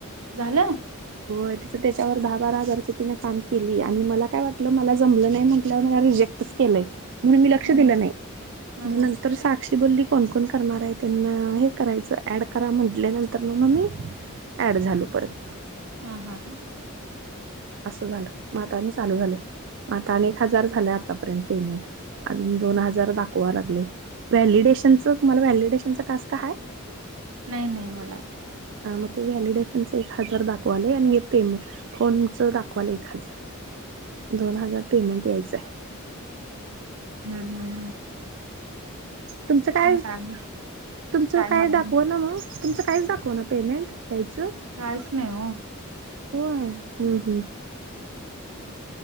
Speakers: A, on the right (about 80°); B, on the right (about 55°).
A: झालं
B: हो तिचं त्याच्यावर दहा बारा हजारच तिने काम केली आणि मला काय वाटलं मला जमलं नाही म्हण तिला मला रीजेक्ट केलय म्हणून मी लक्ष
A: हं
B: दिलं
A: हं
B: नाही
A: हं
B: म नंतर सां अशी बोली कोण कोण करणार आहे त्यांना हे करायचं ऍड करा म्हटल्यानंतर ना मग मी ऍड झालो परत
A: हा हा हा
B: असं झालं म आता आणि चालू झालं म आता आणि एक हजार झालं आतापर्यंत पेमेंट अजून दोन
A: हं.
B: हजार दाखवा लागले व्हॅलिडेशनच तुम्हाला व्हॅलिडेशनचा टास्क हाय
A: नाही नाही मला
B: हा मग ते व्हॅलिडेशनच एक हजार दाखवालय आणि हे पेमेंट फोनच दाख दाखवलाय एक हजार दोन हजार पेमेंट यायचं आहे
A: हम् हम
B: तुमचं काय
A: काम
B: तुमचं काय
A: मला
B: दाखव
A: नाही.
B: ना मग तुमचं काहीच दाखव ना पेमेंट यायचं
A: कायच नाही हो
B: व्हय हम्म हम्म